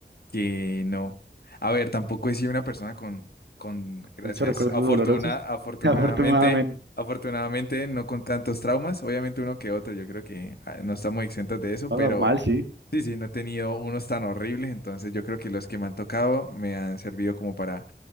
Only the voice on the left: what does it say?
que no. A ver, tampoco he sido una persona con, con, gracias,
afortuna,
afortunadamente,
afortunadamente no con tantos traumas, obviamente uno que otro, yo creo que ah, no estamos exentos de eso,
pero
sí, sí, no he tenido unos tan horribles, entonces yo creo que los que me han tocado me han servido como para